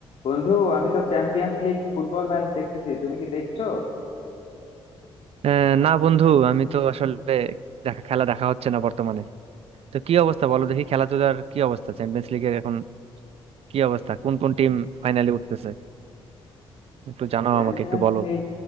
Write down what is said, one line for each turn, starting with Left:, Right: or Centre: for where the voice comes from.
Left: বন্ধু আমি তো চ্যাম্পিয়ন্স লিগ ফুটবল ম্যাচ দেখতেছি তুমি কি দেখছো
Right: আহ, না বন্ধু আমি তো আসলে দেখা খেলা দেখা হচ্ছে না বর্তমানে তো কি অবস্থা বলো দেখি খেলাধুলার কি অবস্থা চ্যাম্পিয়ন্স লিগের এখন কি অবস্থা কোন কোন টিম ফাইনালে উঠতেছে একটু জানাও
Left: Champions
Right: আমাকে একটু বলো
Left: League